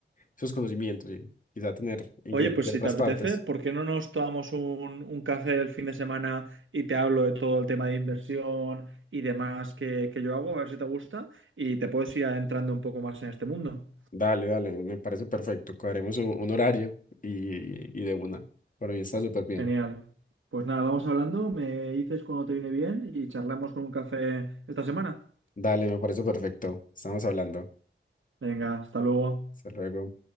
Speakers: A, on the left; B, on the right.
A: esos conocimientos y quizá tener ingresos
B: Oye, pues
A: de
B: si
A: otras
B: te apetece,
A: partes.
B: ¿por qué no nos tomamos un, un café el fin de semana y te hablo de todo el tema de inversión y demás que, que yo hago? A ver si te gusta y te puedes ir adentrando un poco más en este mundo.
A: Dale, dale, me parece perfecto. Cuadremos un, un horario y, y de una. Para mí está súper bien.
B: Genial. Pues nada, vamos hablando, me dices cuando te viene bien y charlamos con un café esta semana.
A: Dale, me parece perfecto. Estamos hablando.
B: Venga, hasta luego.
A: Hasta luego.